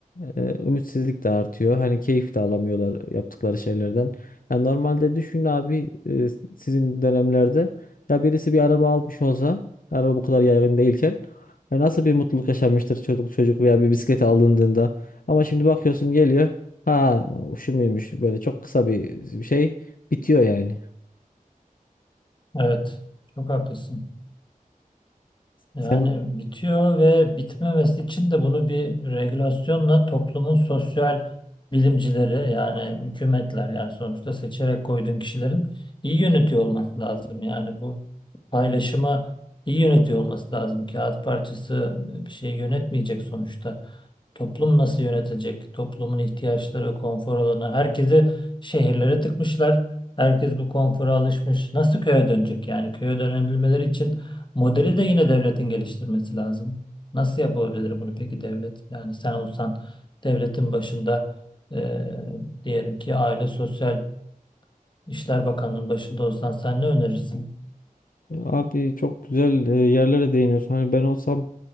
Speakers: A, on the left (about 70°); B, on the left (about 35°).
A: ee, Ümitsizlik de artıyor. Hani keyif de alamıyorlar yaptıkları şeylerden. Yani normalde düşün abi e, sizin dönemlerde ya birisi bir araba almış olsa araba bu kadar yaygın değilken ya nasıl bir mutluluk yaşanmıştır çocuk çocuk veya bir bisiklet alındığında. Ama şimdi bakıyorsun geliyor ha şu muymuş böyle çok kısa bir bir şey bitiyor yani.
B: Evet, çok haklısın. Yani
A: Senin
B: bitiyor ve bitmemesi için de bunu bir regülasyonla toplumun sosyal bilimcileri yani hükümetler yani sonuçta seçerek koyduğun kişilerin iyi yönetiyor olması lazım. Yani bu paylaşıma iyi yönetiyor olması lazım. Kağıt parçası bir şey yönetmeyecek sonuçta. Toplum nasıl yönetecek? Toplumun ihtiyaçları, konfor alanı. Herkesi şehirlere tıkmışlar. Herkes bu konfora alışmış. Nasıl köye dönecek yani? Köye dönebilmeleri için modeli de yine devletin geliştirmesi lazım. Nasıl yapabilir bunu peki devlet? Yani sen olsan devletin başında e, diyelim ki Aile Sosyal İşler Bakanlığı'nın başında olsan sen ne önerirsin?
A: Abi çok güzel e, yerlere değiniyorsun. Hani ben olsam